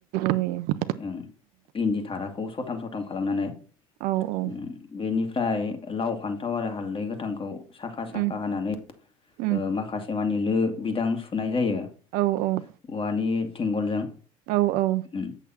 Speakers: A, on the right (about 60°); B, on the left (about 30°).
A: औ <unintelligible>
B: उम इन्दि थाराखौ सथाम सथाम खालामनानै उम
A: औ औ
B: बेनिफ्राय लाव फान्थाव आरो हालदै गोथांखौ साखा साखा
A: उम
B: हानानै
A: उम
B: ओ माखासे मानि लो बिदां सुनाय जायो।
A: औ औ
B: औवानि थेंगलजों
A: औ औ
B: उम